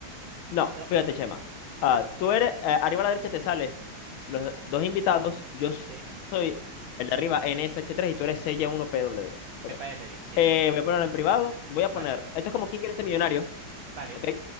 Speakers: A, on the left; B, on the right.
A: No,
B: No,
A: fíjate,
B: no.
A: Chema. Ah, tú eres, eh, arriba a la derecha te sale los
B: Sí,
A: dos invitados. Yo
B: sí,
A: soy el de arriba N S H tres y tú eres CY1PW.
B: me
A: Ok.
B: parece bien, sí.
A: Eh, voy a ponerlo en privado. Voy a
B: Vale,
A: poner, esto es como quién quiere ser millonario,
B: vale,
A: ¿ok?